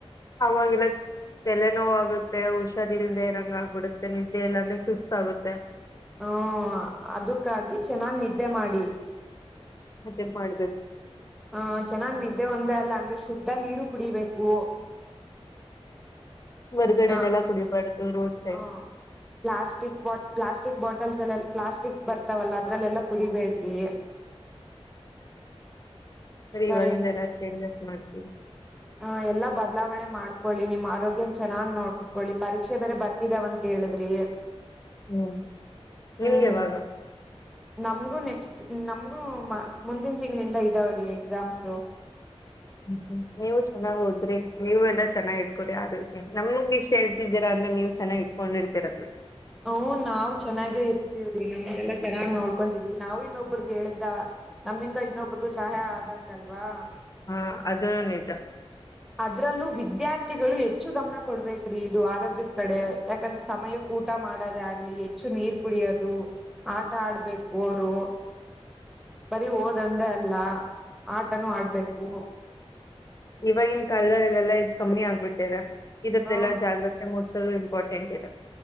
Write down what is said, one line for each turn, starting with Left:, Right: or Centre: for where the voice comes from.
Left: ಅವಾಗಿಲ್ಲ ತಲೆ ನೋ ಆಗುತ್ತೆ ಹುಷಾರ ಇಲ್ದೆ ನಂಗ ಆಗ್ಬಿಡುತ್ತೆ ಮತ್ತೆ ನಿದ್ದೆ ಎಲ್ಲ ಅಂದ್ರೆ ಸುಸ್ತ ಆಾಗುತ್ತೆ
Centre: ಹ್ಮ ಅದಕ್ಕಾಗಿ ಚೆನ್ನಾಗ್ ನಿದ್ದೆ ಮಾಡಿ
Left: ಮತ್ತೆ ಮಾಡ್ಬೇಕು
Centre: ಹಹ ಚೆನ್ನಾಗ್ ನಿದ್ದೆ ಒಂದೇ ಅಲ್ಲ ಹಂಗೆ ಶುದ್ಧ ನೀರು ಕುಡಿಬೇಕು
Left: ಹೊರ್ಗಡೆನೆಲ್ಲ
Centre: ಹ
Left: ಕುಡಿಬಾರ್ದು ರೋಡ್ ಸೈಡ್
Centre: ಹ ಪ್ಲಾಸ್ಟಿಕ್ ಬಾಟ್ ಪ್ಲಾಸ್ಟಿಕ್ ಬಾಟಲ್ಸ್ ಎಲ್ಲ ಪ್ಲಾಸ್ಟಿಕ್ ಬರ್ತಾವಲ್ಲ ಅದ್ರಲ್ಲೆಲ್ಲ ಕುಡಿಬೇಡಿ ಸರಿ
Left: ಇವಾಗಿಂದ ಎಲ್ಲಾ ಚೇಂಜಸ್ ಮಾಡ್ತೀವಿ
Centre: ಹ ಎಲ್ಲಾ ಬದಲಾವಣೆ ಮಾಡ್ ಕೊಳ್ಳಿ ನಿಮ್ಮ ಆರೋಗ್ಯನ ಚೆನ್ನಾಗ ನೋಡ್ಕೊಳ್ಳಿ ಪರೀಕ್ಷೆ ಬೇ ಬರ್ತಾ <unintelligible> ತಿದಾವಂತ ಹೇಳಿದ್ರಿ <unintelligible>
Left: ಹ್ಮ್
Centre: ಹ್ಮ್
Left: ನಿಮ್ಗೆವಾಗ
Centre: ನಮ್ಗೂ ನೆಕ್ಸ್ಟ್ ನಮ್ಗೂ ಮುಂದಿನ ತಿಂಗಳಿಂದ ಇದಾವ್ರೀ ಎಕ್ಸಾಮ್ಸು
Left: ಹ್ಮ್ಮ್ ನೀವು ಚನ್ನಾಗ್ ಹೋದ್ರಿ ನೀವು ಎಲ್ಲಾ ಚನ್ನಾಗಿ ಇಟ್ಕೊಡಿ ಆತಿ ನಮಗ್ ಇಷ್ಟ ಹೇಳತಿದ್ದೀರಾಂದ್ರೆ ನೀವಚೆನ್ನಾಗಿ ಇಟ್ಕೊಂಡಿರ್ತೀರ ಬಿಡಿ
Centre: ಹ ನಾವ್ ಚೆನ್ನಾಗೆ ಇರ್ತಿವ್ರಿ ನಮ್ಮ್ದಲ್ಲಾ ಚೆನ್ನಾಗ್ ನೋಡ್ವಿ <unintelligible> ಕಂತತಿದೀವಿ ನಾವು ಇನ್ನೊಬ್ಬ್ರಗ ಹೇಳಿದ್ರ ನಮ್ಮಿಂದ ಇನ್ನೊಬ್ರಗೂ ಸಹಾಯ ಆದಂಗಲ್ವಾ <unintelligible>
Left: ಹ ಅದನುನಿಜ
Centre: ಅದ್ರಲ್ಲೂ ವಿದ್ಯಾರ್ಥಿಗಳು ಹೆಚ್ಚು ಗಮನ ಕೊಡ್ಬೇಕ್ರಿ ಇದು ಆರೋಗ್ಯದ ಕಡೆ ಯಾಕಂದ್ರ ಸಮಯ ಊಟ ಮಾಡೋದ ಆಗ್ಲಿ ಹೆಚ್ಚು ನೀರ್ ಕುಡಿಯೋದು ಆಟ ಆಡ್ಬೇಕು ಅವರು ಬರಿ ಓದಂದೆಅಲ್ಲ ಆಟನುೂ ಆಡ್ಬೇಕು
Left: ಇವಾಗಿನ್ ಕಾಲದ ಇಲ್ಲೆಲ್ಲಾ ಇ್ ಕಮ್ಮಿ ಆಗ್ಬಿಟ್ಟಿದೆ <unintelligible> ಇದದ್ದೆಲ್ಲ
Centre: ಹ
Left: ಜಾಗೃತೆ ಮೂ ಇಂಪೋರ್ಟೆಂಟ್ ಇದು